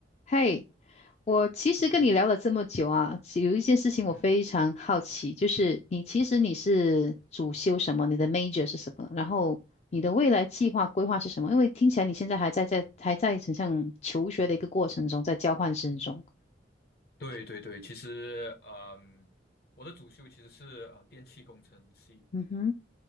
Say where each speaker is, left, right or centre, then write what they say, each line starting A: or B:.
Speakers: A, on the left (about 35°); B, on the left (about 55°).
A: 嘿，我其实跟你聊了这么久啊，
B: OK，
A: 有一件事情我非常好奇，
B: 嗯，
A: 就是你其实你是主修什么，你的 major 是什么，然后你的未来计划规划是什么？因为听起来你现在还在在还在很像求学的一个过程中，在交换生中。
B: 对对对，其实，嗯，我的主修其实是呃电气工程系，
A: 嗯哼，